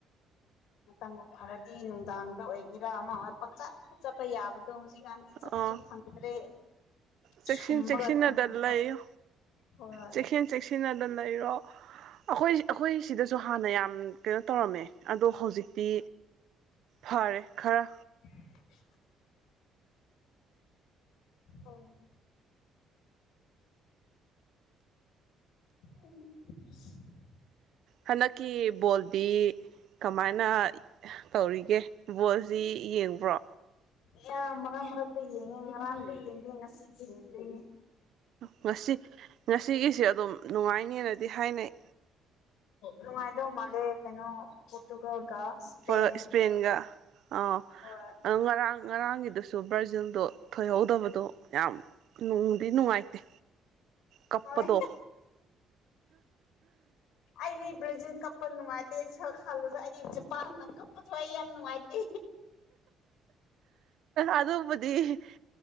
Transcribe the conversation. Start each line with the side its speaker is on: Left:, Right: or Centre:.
Left: ꯃꯇꯝꯕꯨ ꯐꯔꯗꯤ ꯅꯨꯡꯗꯥꯡꯗ ꯑꯣꯏꯒꯦꯔ ꯑꯃ ꯑꯣꯏꯒꯦꯔ ꯄꯡ ꯆꯠꯇ ꯆꯠꯄ ꯌꯥꯕ ꯑꯗꯣ ꯍꯧꯖꯤꯛꯀꯥꯟꯗꯤ ꯆꯠꯄꯁꯨ
Right: ꯑꯥ
Left: ꯐꯪꯗ꯭ꯔꯦ
Right: ꯆꯦꯛꯁꯤꯟ
Left: ꯁꯨꯝꯃꯒ
Right: ꯆꯦꯛꯁꯤꯟꯅꯗ
Left: ꯊꯝꯃ
Right: ꯂꯩꯌꯨ
Left: ꯍꯣꯏ
Right: ꯆꯦꯛꯁꯤꯟ ꯆꯦꯛꯁꯤꯟꯅꯗ ꯂꯩꯔꯣ ꯑꯩꯈꯣꯏ ꯑꯩꯈꯣꯏ ꯁꯤꯗꯁꯨ ꯍꯥꯟꯅ ꯌꯥꯝ ꯀꯩꯅꯣ ꯇꯧꯔꯝꯃꯦ ꯑꯗꯣ ꯍꯧꯖꯤꯛ ꯇꯤ ꯐꯔꯦ ꯈꯔ
Left: <unintelligible> ꯎꯝ ꯎꯝ <unintelligible>
Right: ꯍꯟꯗꯛꯀꯤ ꯕꯣꯜꯗꯤ ꯀꯃꯥꯏꯅ ꯇꯧꯔꯤꯒꯦ ꯕꯣꯜ ꯁꯤ ꯌꯦꯡꯕ꯭ꯔꯣ
Left: ꯌꯥꯝ ꯃꯔꯛ ꯃꯔꯛꯇ ꯌꯦꯡꯉꯦ ꯉꯔꯥꯡꯗꯤ ꯌꯦꯡꯗꯦ ꯉꯁꯤꯗꯤ ꯌꯦꯡꯗꯣꯏꯅꯦ
Right: ꯉꯁꯤ ꯉꯁꯤꯒꯤꯁꯦ ꯑꯗꯨꯝ ꯅꯨꯡꯉꯥꯏꯅꯦꯅꯗꯤ ꯍꯥꯏꯅꯩ
Left: ꯅꯨꯡꯉꯥꯏꯗꯣꯏ ꯃꯥꯜꯂꯦ ꯀꯩꯅꯣ ꯄꯣꯔꯇꯨꯒꯜꯒ ꯏꯁꯄꯦꯟ
Right: ꯍꯣꯏ ꯏꯁꯄꯦꯟꯒ ꯑꯥꯎ
Left: ꯍꯣꯏ
Right: ꯑꯗꯣ ꯉꯔꯥꯡ ꯉꯔꯥꯡꯒꯤꯗꯨꯁꯨ ꯕ꯭ꯔꯖꯤꯜꯗꯣ ꯊꯣꯏꯍꯧꯗꯕꯗꯣ ꯌꯥꯝ ꯅꯨꯡꯗꯤ ꯅꯨꯡꯉꯥꯏꯇꯦ ꯀꯞꯄꯗꯣ
Left: ꯍꯣꯏ ꯑꯩꯗꯤ ꯕ꯭ꯔꯖꯤꯜ ꯀꯞꯄ ꯅꯨꯡꯉꯥꯏꯇꯦ ꯈꯜꯂꯁꯨ ꯑꯩꯗꯤ ꯖꯄꯥꯟꯅ ꯀꯞꯄꯁꯨ ꯑꯩ ꯌꯥꯝ ꯅꯨꯡꯉꯥꯏꯇꯦ
Right: ꯑꯗꯨꯕꯨꯗꯤ